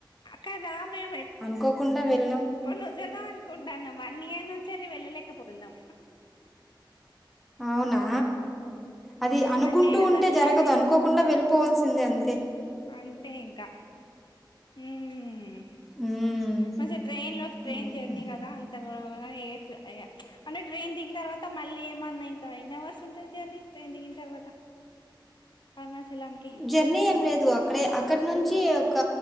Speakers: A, on the left; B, in the centre.
A: కదా మేము ఎప్పనుంచో
B: అనుకోకుండా వెళ్ళినాం
A: అనుకుంటాము వన్ ఇయర్ నుంచి వెళ్ళలే <unintelligible> పోతున్నం
B: అవునా అది
A: మ్మ్,
B: అనుకుంటూ
A: మంచిగా అయిందా
B: ఉంటే
A: దర్శనం
B: జరగదు
A: మరి
B: అనుకోకుండా వెళ్ళిపోవల్సి సింద అంది
A: అంతే ఇంకా హ్మ్
B: ఉమ్,
A: మంచి ట్రైన్ లో ట్రైన్
B: ఉమ్,
A: జర్నీ
B: ఉమ్.
A: కదా అంత కూడా ఏ అయా అంటే ట్రైన్ దిగిన తర్వాత మళ్ళీ ఏమన్నా ఇంకా ఎన్ని హౌర్స్ ఉంటది జర్నీ ట్రైన్ దికినా తరువాత అరుణాచలం కి
B: జర్నీ ఏం లేదు అక్కడే అక్కడి నుంచి ఒక